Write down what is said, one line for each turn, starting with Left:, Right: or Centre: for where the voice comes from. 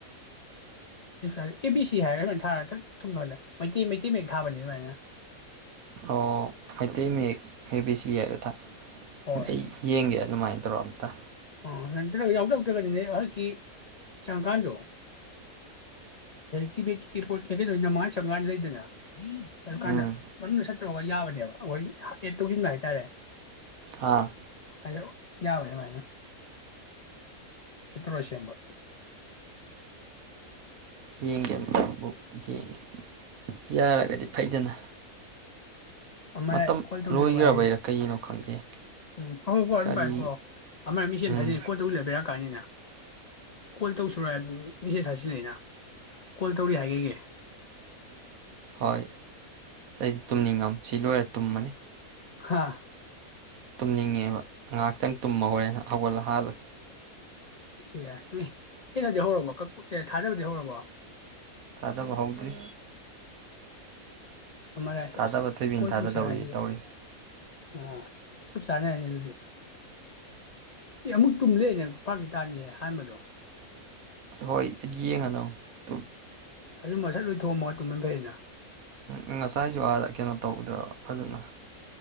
Left: ꯑꯦ ꯕꯤ ꯁꯤ ꯍꯥꯏꯔꯒ ꯁꯃꯥꯏꯅ ꯊꯥ ꯁꯨꯝꯧꯗ ꯃꯩꯇꯩ ꯃꯩꯇꯩ ꯃꯌꯦꯛ ꯊꯥꯕꯅꯤ ꯑꯗꯨꯃꯥꯏꯅ
Right: ꯑꯣ ꯃꯩꯇꯩ ꯃꯌꯦꯛ ꯍꯦꯕꯤ ꯁꯤ ꯌꯥꯏꯗ ꯊ
Left: ꯍꯣꯏ
Right: ꯑꯩ ꯌꯦꯡꯒꯦ ꯑꯗꯨꯃꯥꯏꯅ ꯇ꯭ꯔꯣꯕꯗ
Left: ꯑꯣ ꯅꯠꯇ꯭ꯔꯒ ꯌꯥꯎꯗꯧꯗ꯭ꯔꯒꯗꯤꯅꯦ ꯍꯧꯖꯤꯛꯀꯤ ꯆꯪꯉꯀꯥꯟꯗꯣ ꯀꯤꯕꯣꯔꯗ ꯀꯩꯀꯩꯗꯣ ꯅꯃꯉꯥꯅ ꯆꯪꯉꯀꯥꯟꯗ ꯂꯩꯗꯅ ꯑꯗꯨ ꯀꯥꯟꯗ
Right: ꯎꯝ
Left: ꯃꯅꯨꯡꯗ ꯆꯠꯇꯨꯔꯒ ꯌꯥꯕꯅꯦꯕ ꯑꯩꯈꯣꯏ ꯑꯦꯠ ꯇꯧꯁꯤꯟꯕ ꯍꯥꯏꯇꯥꯔꯦ
Right: ꯍꯥꯥ
Left: ꯑꯗ ꯌꯥꯕ꯭ꯔꯦ ꯃꯥꯥꯏꯅ ꯏ꯭ꯔꯁꯤꯝꯕ
Right: ꯌꯦꯡꯒꯤꯇꯕꯨ ꯌꯦꯡꯉꯤ ꯌꯥꯔꯒꯗꯤ ꯐꯩꯗꯅ
Left: ꯑꯃꯔ
Right: ꯃꯇꯝ
Left: ꯀꯣꯜ ꯇꯧꯁꯤꯔꯛꯑꯣ
Right: ꯂꯣꯏꯈ꯭ꯔꯕꯩꯔꯥ
Left: ꯍꯥꯏꯌꯦ
Right: ꯀꯩꯒꯤꯅꯣ ꯈꯪꯗꯦ
Left: ꯎꯝ ꯍ ꯍꯣꯏꯀꯣ ꯑꯗꯨꯝ
Right: ꯀꯔꯤ
Left: ꯄꯥꯏꯀꯣ ꯑꯃꯔ ꯃꯤ ꯁꯦꯝ
Right: ꯎꯝ
Left: ꯊꯥꯖꯤꯟ ꯀꯣꯠꯇꯨ ꯂꯩꯕꯤꯔꯛꯀꯥꯟꯅꯤꯅ ꯀꯣꯜ ꯇꯧ ꯁ ꯃꯦꯁꯦꯖ ꯍꯥꯆꯤꯜꯂꯛꯑꯅ ꯀꯣꯜ ꯇꯧꯔꯤ ꯍꯥꯏꯒꯒꯦ
Right: ꯍꯣꯏ ꯑꯩꯗꯤ ꯇꯨꯝꯅꯤꯡꯉꯝ ꯁꯤ ꯂꯣꯏꯔ ꯇꯨꯝꯃꯅꯤ
Left: ꯍꯥꯥ
Right: ꯊꯝꯅꯤꯡꯉꯦꯕ ꯉꯥꯏꯍꯥꯛꯇꯪ ꯇꯨꯝꯃ ꯍꯣꯔꯦꯅ ꯍꯧꯒꯠꯂꯒ ꯐꯜ
Left: ꯑꯦ ꯀꯩꯅꯣꯗꯤ ꯍꯧꯔꯕꯣ ꯑꯦ ꯊꯥꯗꯅꯕꯗꯤ ꯍꯧꯔꯕꯣ
Right: ꯆꯥꯗꯕ ꯍꯥꯎꯗ꯭ꯔꯤ
Left: ꯑ ꯑꯔ ꯍꯥꯏꯁꯤꯦꯁ
Right: ꯊꯥꯗꯕ ꯊꯣꯏꯕꯤꯅ
Left: ꯀꯣꯜ
Right: ꯊꯥꯗꯗꯧꯔꯤ
Left: ꯇꯧꯁꯤꯔ ꯍꯥꯏꯁꯤꯦ
Right: ꯇꯧꯔꯤ
Left: ꯑ ꯆ ꯆꯉꯦ ꯍꯥꯏꯅꯤ ꯑꯗꯨꯗꯤ ꯑꯦ ꯑꯃꯨꯛ ꯇꯨꯝꯂꯦꯅꯦ ꯄꯥꯛꯇꯤ ꯇꯥꯅꯤꯍ ꯑꯍꯥꯟꯕꯗꯣ
Right: ꯍꯣꯏ ꯌꯦꯡꯉꯥꯗꯣꯅ ꯠ
Left: ꯑꯗꯨ ꯃꯁꯠ ꯂꯣꯏꯊꯩ ꯑꯃꯥ ꯇꯨꯝꯕꯅꯥ ꯐꯩꯩꯅ
Right: ꯎꯝ ꯉꯁꯥꯏꯁꯨ ꯑꯥꯅꯥ ꯀꯩꯅꯣ ꯇꯧꯗꯕ ꯐꯖꯅ